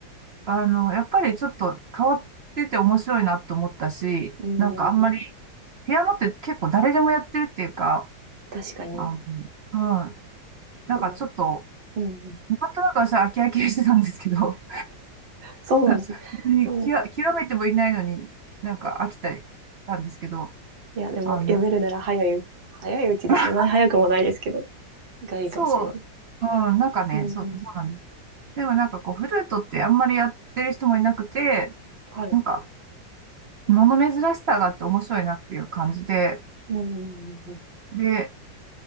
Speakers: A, on the right; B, on the right.
A: あの、やっぱりちょっと変わってて面白いなと思ったし、
B: う。う
A: なんかあんまり、
B: ん。
A: ピアノって結構誰でもやってるっていうか、
B: 確かに。
A: あの、うん、なんかちょっと、
B: ですよ。うんうん。
A: なんとなく私は飽き飽きしてたんですけど、
B: そうなんですね。
A: <laughs> 別に極、
B: うん。
A: 極めてもいないのになんか飽きたりしたんですけど、
B: いや、でも、
A: あの、
B: やめるなら早いう早いうちでそんなに早くもないですけど、
A: <laughs>
B: がいいかもしれないです。
A: そう、うん、
B: いや、
A: なんかね、
B: うんうん。
A: そう、そうなんです。でもなんかこう、フルートってあんまりやってる人もいなくて、
B: はい。
A: なんか、物珍しさがあって面白いなっていう感じで、
B: うんうんうんうん。
A: で、